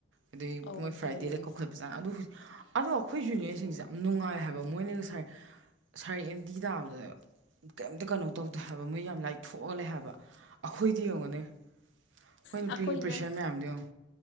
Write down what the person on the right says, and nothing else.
ꯑꯗꯨꯏ
ꯃꯣꯏ ꯐ꯭ꯔꯥꯏꯗꯦꯗ
ꯀꯣꯈꯄ ꯆꯥ ꯑꯗꯨ ꯑꯗꯣ ꯑꯩꯈꯣꯏ ꯖꯨꯅꯤꯌꯔꯁꯤꯡꯁꯦ ꯌꯥꯝ ꯅꯨꯡꯉꯥꯏ ꯍꯥꯏꯕ ꯃꯣꯏꯅꯒ ꯉꯁꯥꯏ ꯁꯥꯔ ꯑꯦꯝ ꯗꯤ ꯇꯥꯕꯗ ꯀꯩꯝꯇ ꯀꯩꯅꯣ ꯇꯧꯗꯦ ꯍꯥꯏꯕ ꯃꯣꯏ ꯌꯥꯝ ꯂꯥꯏꯊꯣꯛꯑ ꯂꯩ ꯍꯥꯏꯕ ꯑꯩꯈꯣꯏꯗꯤ ꯌꯦꯡꯉꯨꯅꯦ ꯑꯩꯈꯣꯏꯅ
ꯄꯤꯔꯤ ꯄ꯭ꯔꯦꯁꯔ ꯃꯌꯥꯝꯗꯣ ꯌꯦꯡꯎ